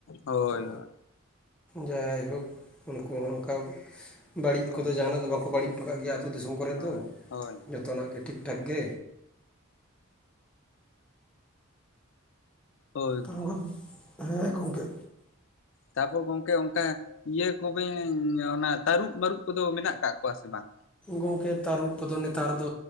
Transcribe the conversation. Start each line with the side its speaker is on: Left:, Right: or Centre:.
Left: ᱦᱳᱭ
Centre: ᱛᱚ
Left: ᱦᱳᱭ
Centre: ᱡᱟᱭᱦᱳᱠ ᱩᱱᱠᱩ ᱦᱚᱸ ᱚᱱᱠᱟ ᱵᱟᱹᱲᱤᱡ ᱠᱚᱫᱚ
Left: ᱚ
Centre: ᱡᱟᱦᱟᱱᱟᱜ ᱫᱚ ᱵᱟᱠᱚ ᱵᱟᱹᱲᱤᱡ ᱦᱚᱴᱚ ᱠᱟᱜ ᱜᱮᱭᱟ ᱟᱛᱳ ᱫᱤᱥᱚᱢ ᱠᱚᱨᱮ
Left: ᱦᱳᱭ
Centre: ᱫᱚ
Left: ᱦᱳᱭ
Centre: ᱡᱚᱛᱚᱱᱟᱜ ᱜᱮ ᱴᱷᱤᱠ ᱴᱷᱟᱠ ᱜᱮ।
Left: ᱦᱳᱭ
Centre: <unintelligible>
Left: ᱜᱚᱝᱠᱮ
Centre: ᱦᱮᱸ ᱜᱚᱝᱠᱮ।
Left: ᱛᱟᱯᱚᱨ ᱜᱚᱝᱠᱮ ᱚᱱᱠᱟ ᱤᱭᱟᱹ ᱠᱚᱜᱮᱧ ᱚᱱᱟ ᱛᱟᱹᱨᱩᱵ ᱢᱟᱹᱨᱩᱵ ᱠᱚᱫᱚ ᱢᱮᱱᱟᱜ ᱟᱠᱟᱫ ᱠᱚᱣᱟ ᱥᱮ ᱵᱟᱝ?
Centre: ᱜᱚᱝᱠᱮ ᱛᱟᱹᱨᱩᱵ ᱠᱚᱫᱚ ᱱᱮᱛᱟᱨ ᱫᱚ